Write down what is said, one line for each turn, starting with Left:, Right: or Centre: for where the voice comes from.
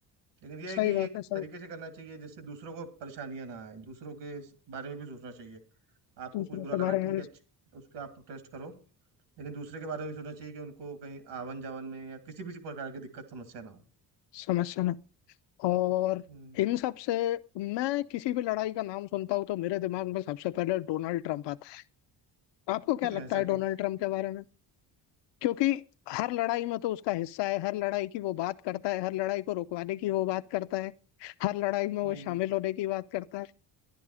Right: लेकिन ये
Left: सही
Right: है कि
Left: बात
Right: एक
Left: है सर
Right: तरीके से करना चाहिए जिससे दूसरों को परेशानियां ना आए दूसरों के बारे में भी सोचना चाहिए आपको
Left: दूसरों
Right: कुछ बुरा
Left: के
Right: लगा
Left: बारे
Right: ठीक
Left: में
Right: है च- उसका आप प्रोटेस्ट करो लेकिन दूसरे के बारे में भी सोचना चाहिए कि उनको कहीं आवन जावन में या किसी भी प्रकार की दिक्कत समस्या ना हो
Left: समझना और
Right: हम्म,
Left: इन सब से मैं किसी भी लड़ाई का नाम सुनता हूँ तो मेरे दिमाग में सबसे पहले डोनाल्ड ट्रंप आता है आपको क्या
Right: <laughs>
Left: लगता
Right: ऐसा
Left: है
Right: क्यों
Left: डोनाल्ड ट्रंप के बारे में क्योंकि हर लड़ाई में तो उसका हिस्सा है हर लड़ाई की वो बात करता है हर लड़ाई को रुकवाने की वो बात करता है हर लड़ाई में
Right: हम्म
Left: वो शामिल होने की बात करता है